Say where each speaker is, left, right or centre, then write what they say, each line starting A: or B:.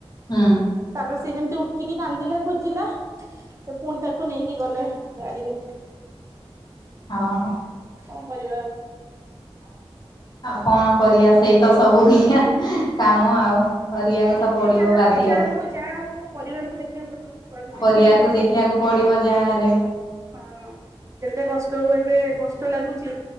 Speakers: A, on the left; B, on the right.
A: ହୁଁ।
B: ତାପରେ ସେଯେମିତି ଉଠିକି କାନ୍ଦିଲା ଖୋଜିଲା ସେ ପୁଣି ତାକୁ ନେଇକି ଗଲେ ଗାଡିରେ
A: ହଁ ହଁ।
B: କଣ କରିବା ଆଉ।
A: <inaudible> ଆଉ କଣ କରିବା ସେଇତ ସବୁ ଦି କାମ ଆଉ କରିବାକୁତ
B: ଯେତେ
A: ପଡ଼ିବ
B: ଯାହା
A: ବାଧ୍ୟ।
B: ପୂଜା ହଉ ଯାହା ହଉ ପରିବାରକୁ ଦେଖିବାକୁ ପଡିବ ଛୁଆଙ୍କୁ ଦେଖିବାକୁ
A: ପରିବାରକୁୁ
B: ପଡିବ।
A: ଦେଖିବାକୁ ପଡ଼ିବ ଯାହା ହେଲେବି
B: ହଁ ଯେତେ କଷ୍ଟ ହୁ ଏବେ କଷ୍ଟ ଲାଗୁଛି